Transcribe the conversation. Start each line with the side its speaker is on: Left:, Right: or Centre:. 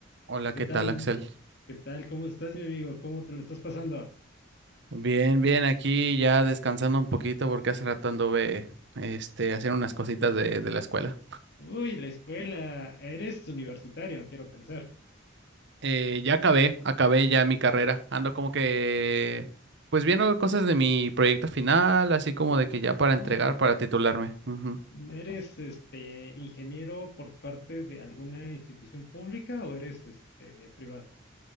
Right: Hola,
Left: ¿Qué
Right: ¿qué
Left: tal?
Right: tal, Axel?
Left: ¿Qué tal? ¿Cómo estás, mi amigo? ¿Cómo te lo estás pasando?
Right: Bien, bien, aquí ya descansando un poquito porque hace rato anduve este, haciendo unas cositas de, de la escuela.
Left: Uy, la escuela. Eres universitario, quiero pensar.
Right: Eh, ya acabé, acabé ya mi carrera. Ando como que, pues viendo cosas de mi proyecto final, así como de que ya para
Left: Ah,
Right: entregar, para titularme. Ujú.
Left: ¿eres este ingeniero por parte de alguna institución pública o eres este de privada?